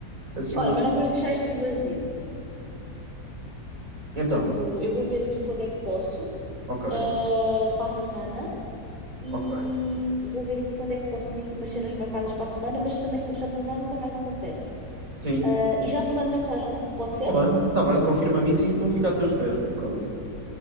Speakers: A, on the right; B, on the right.
A: Assim,
B: Olha,
A: uma.
B: mas não vamos deixar isto no vazio.
A: Então,
B: Tipo, eu vou ver aqui quando é que posso,
A: ok,
B: eh, para a semana, e
A: ok.
B: vou ver aqui quando é que posso. Tenho aqui umas cenas marcadas para a semana, mas também se deixarmos andar nunca mais acontece.
A: Sim.
B: Eh, e já te mando mensagem, pode ser?
A: Tá bem, tá bem, confirma-me isso e então fica à tua espera. Pronto,